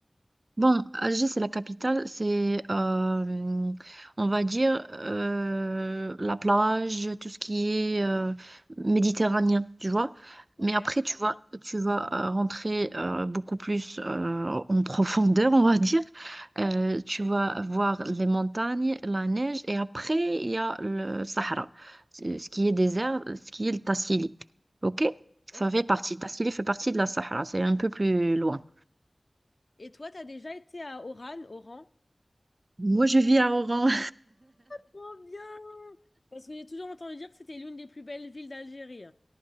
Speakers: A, on the right; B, on the left.
A: Bon, Alger, c'est la capitale, c'est, euh, on va dire, euh, la plage, tout ce qui est euh, méditerranéen, tu vois.
B: Ok,
A: Mais après, tu vas, tu vas euh, rentrer euh, beaucoup plus euh, en <laughs> profondeur, on va dire. Euh, tu vas voir les montagnes, la neige, et après, il y a le Sahara, C'est- ce qui est désert, ce qui est le Tassili. OK?
B: ok.
A: Ça fait partie, Tassili fait partie de la Sahara, c'est un peu plus loin.
B: Et toi, t'as déjà été à Oran, Oran?
A: Moi, je vis à Oran.
B: Trop bien! Parce que j'ai toujours entendu dire que c'était l'une des plus belles villes d'Algérie.